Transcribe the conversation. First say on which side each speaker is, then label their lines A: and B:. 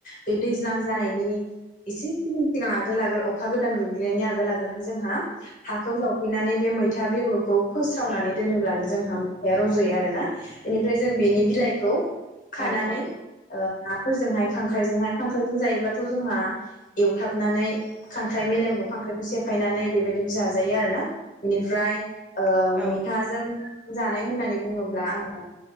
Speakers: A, on the left (about 45°); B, in the centre.
A: बे दैज्लां जानायनि एसे सिगां आगोल आगोल अखा गोदान गोग्लैनायनि आगोल आगोलहाय जोंहा हाखौ जावफैनानै बे मैथा बेगरखौ फोस्रावनानै
B: औ
A: दोनोब्लानो जों थाया रज'यो आरोना बेनिफ्राय जों बेनि बिलाइखौ। खानानै
B: औ औ
A: ओ नाफोरजोंहाय खांख्राइजोंहाय खांख्राइजों जायोब्ला थ' जोंहा एवथाबनानै। खांख्राइ मेलेमखौ। खांख्रायखौ सेफायनानै। बेबायदिबो जाजायो आरोना बेनिफ्राय ओ
B: औ औ
A: मैथाजों जानाय होननानै बुङोब्ला आङो